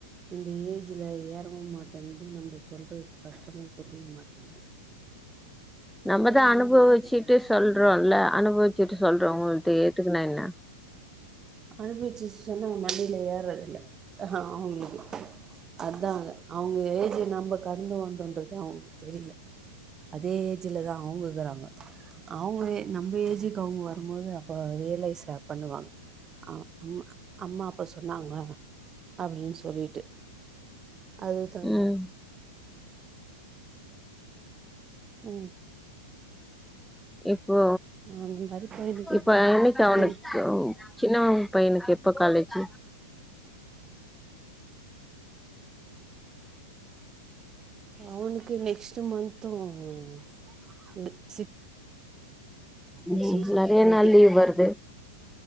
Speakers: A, on the right (about 25°); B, in the centre.
A: இந்த ஏஜ்ல ஏறவு மாட்டன்து நம்ம சொல்றது கஷ்டமு புரிய மாட்டன்து
B: நம்மதா
A: அவங்க
B: அனுபவிச்சுட்டு
A: மாற்றி
B: சொல்றோல்ல அனுபவிச்சுட்டு சொல்றோ உங்கள்ட்ட ஏத்துக்குனா என்ன
A: அனுபவிச்சுட்டு சொன்னா அவ மண்டைல ஏறதில்ல அவுங்ளுக்கு அதாங்க அவுங்க ஏஜ நம்ம கடந்து வந்தோன்றது அவங்களுக்கு தெரில அதே ஏஜ்லதா அவங்க இக்கறாங்க அவங்க நம்ம ஏஜுக்கு அவங்க வரும்போது அப்போ ரியலைஸ் பண்ணுவாங்க அ அம் அம்மா அப்போ சொன்னாங்க அப்டின்னு சொல்லிட்டு அதுக் தகுந்த
B: ம்
A: மாரி ம்
B: இப்போ
A: அந்த மாரி போயினுக்குது
B: இப்ப என்னைக்கு அவனுக்கு
A: ம்
B: சின்னவ பையனுக்கு எப்ப காலேஜ்
A: அவனுக்கு நெக்ஸ்ட்டு மந்த்தும் வாங்குவிங்ளா இது நெக்ஸ்ட்
B: ம்
A: மாசோ
B: நெறையா
A: டுவெண்ட்டி
B: நாள் லீவ் வருது